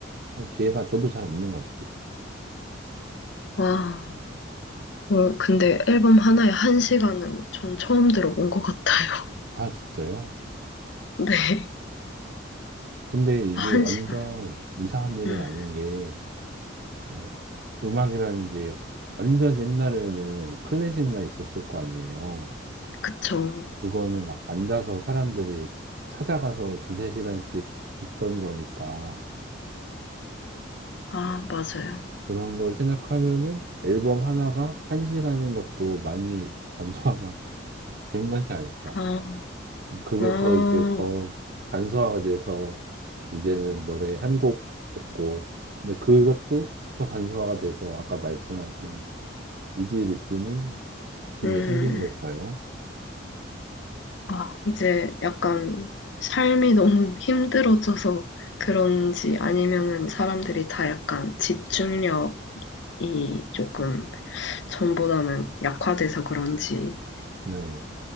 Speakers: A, on the right; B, on the left.
A: 기회가 저도 잘 없는 것 같아요.
B: 와, 어, 근데 앨범 하나에 한 시간은 전 처음 들어본 것 같아요.
A: 아, 진짜요?
B: <laughs> 네.
A: 근데 이게
B: 아, 한
A: 완전
B: 시간.
A: 이상한 일은
B: 음,
A: 아닌 게, 어, 음악이라는 게 완전 옛날에는 클래식만 있었을 거 아니에요.
B: 그쵸.
A: 그거는 막 앉아서 사람들이 찾아가서 두세 시간씩 듣던 거니까.
B: 아, 맞아요.
A: 그런 걸 생각하면은 앨범 하나가 한 시간인 것도 많이 <laughs> 간소화가 된 것이 아닐까.
B: 아,
A: 그게
B: 아,
A: 더 이제 더 간소화가 돼서 이제는 노래 한 곡 듣고, 근데 그것도 더 간소화가 돼서 아까 말씀하신 이지 리스닝 같은
B: 음,
A: 게 생긴 걸까요?
B: 아, 이제 약간 삶이 너무 힘들어져서 그런지 아니면은 사람들이 다 약간 집중력이 조금 전보다는 약화돼서 그런지
A: 네.